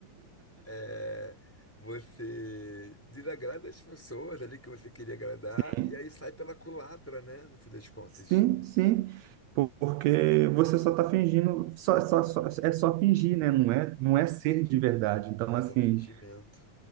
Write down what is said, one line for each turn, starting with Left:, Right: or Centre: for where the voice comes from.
Centre: é, você desagrada as pessoas ali que você queria agradar,
Right: <laughs>
Centre: e aí sai pela culatra, né? No fim das contas.
Right: Sim, sim, porque você só está fingindo, só, só, só- é só fingir, né? Não é, não é ser de verdade. Então,
Centre: É
Right: assim,
Centre: só fingimento.